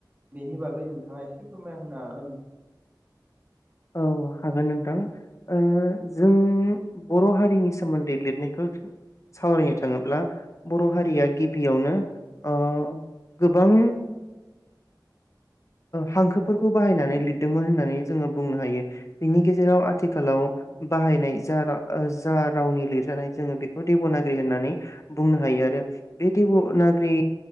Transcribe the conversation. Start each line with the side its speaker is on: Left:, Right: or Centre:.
Right: बेनि बागै नोंथाङा एसे फोरमायना होनो हागोन?
Left: औ हागोन नोंथां जों बर' हारिनि सोमोन्दै लिरनायखौ सावरायनो थाङोब्ला बर' हारिया गिबियावनो अ गोबां हांखोफोरखौ बाहायनानै लिरदोंमोन होननानै जोङो बुंनो हायो बिनि गेजेराव आथिखालाव बाहायनाय जा रावनि लिरजानाय जोङो बेखौ देब'नागिरि होननानै बुंनो हायो आरो बे देब'नागिरि